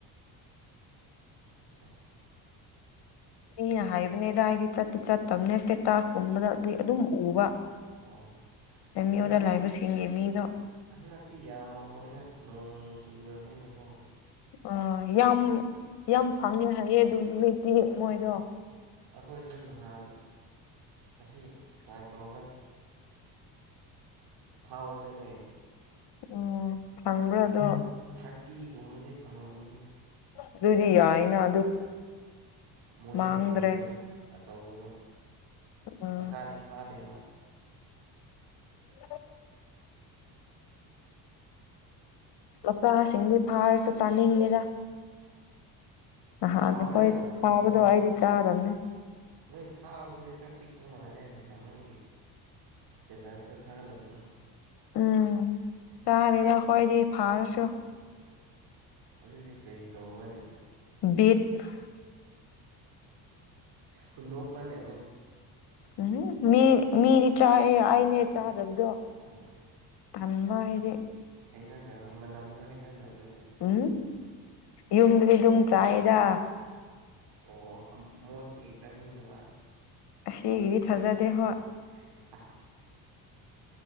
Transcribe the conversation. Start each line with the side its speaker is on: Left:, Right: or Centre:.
Right: <unintelligible>
Left: ꯃꯤꯅ ꯍꯥꯏꯕꯅꯦꯗ ꯍꯥꯏꯗꯤ ꯆꯠꯇꯤ ꯆꯠꯇꯕꯅꯦ ꯏꯁꯇꯦꯇꯥꯁꯀꯨꯝꯕꯗ ꯑꯗꯨ ꯑꯗꯨꯝ ꯎꯕ
Right: ꯑꯣ
Left: ꯑꯦꯝ
Right: ꯍꯟꯗꯛꯇꯤ
Left: ꯌꯨꯗ ꯂꯩꯕꯁꯤꯡꯒꯤ ꯃꯤꯗꯣ
Right: ꯍꯟꯗꯛꯇꯤ ꯌꯥꯝꯃ ꯃꯣꯏꯅ ꯅꯣꯡ ꯆꯨꯗꯃꯤꯅ ꯀꯣ
Left: ꯑ ꯌꯥꯝ ꯌꯥꯝ ꯐꯪꯉꯦ ꯍꯥꯏꯌꯦ ꯑꯗꯨ ꯅꯨꯃꯤꯠꯇꯤ ꯃꯣꯏꯗꯣ
Right: ꯑꯩꯈꯣꯏꯁꯨ ꯅꯍꯥꯟ ꯑꯁꯤ ꯏꯁꯀꯥꯏ ꯄ꯭ꯔꯥꯎꯗ ꯐꯥꯎꯖꯅꯦ
Left: ꯎꯝ ꯐꯪꯕ꯭ꯔꯣ ꯑꯗꯣ
Right: ꯊꯥꯔꯇꯤꯒꯨꯝꯕꯗꯤ ꯐꯪꯉꯝꯃꯅꯤ
Left: ꯑꯗꯨꯗꯤ ꯌꯥꯏꯑꯦꯅ
Right: ꯃꯣꯔꯦ
Left: ꯃꯥꯡꯗ꯭ꯔꯦ
Right: ꯍꯪꯉꯣꯏꯗꯣ ꯑꯆꯧꯕꯗꯣ
Left: ꯎꯝ
Right: ꯃꯆꯥꯗꯤ ꯐꯥꯗꯦꯕ
Left: <unintelligible> ꯃꯆꯥꯁꯤꯡꯗꯤ ꯐꯥꯔꯁꯨ ꯆꯥꯅꯤꯡꯗꯦꯗ ꯅꯍꯥꯟ
Right: ꯍꯥꯎꯋꯦꯗ
Left: ꯑꯩꯈꯣꯏ ꯐꯥꯕꯗꯣ
Right: ꯍꯪꯉꯣꯏꯗꯤ
Left: ꯑꯩꯗꯤ ꯆꯥꯗꯕꯅꯤ
Right: ꯅꯣꯏ ꯐꯥꯕꯗꯨꯗꯤ ꯈꯔ ꯄꯤꯛꯄ ꯃꯥꯜꯂꯦ ꯅꯪ ꯁꯇꯦꯇꯥꯁ ꯊꯥꯒꯂꯛꯄꯅꯣ
Left: ꯎꯝ ꯆꯥꯗꯦꯗ ꯑꯩꯈꯣꯏꯗꯤ ꯐꯥꯔꯁꯨ
Right: ꯑꯗꯨꯗꯤ ꯀꯔꯤ ꯇꯧꯕꯅꯦ
Left: <unintelligible>
Right: ꯍꯨꯟꯗꯣꯛꯄꯅꯤ
Left: ꯎꯝ ꯃꯤ ꯃꯤꯗꯤ ꯆꯥꯏꯌꯦ ꯑꯩꯅꯦ ꯆꯥꯗꯕꯗꯣ
Right: ꯑꯣ
Left: ꯇꯟꯕ ꯑꯩꯗꯤ
Right: ꯍꯩꯅꯗꯕ꯭ꯔꯥ ꯃꯅꯝꯗꯣ ꯍꯩꯅꯗꯕ꯭ꯔꯥ
Left: ꯎꯝ ꯌꯨꯝꯗꯗꯤꯗꯨꯝ ꯆꯥꯌꯦꯗ
Right: ꯎꯝ ꯑꯣ ꯏ ꯇꯥꯅꯤꯡꯗ ꯋꯥ
Left: ꯑꯁꯤꯒꯤꯗꯤ ꯊꯥꯖꯗꯦ ꯍꯣꯏ
Right: <unintelligible>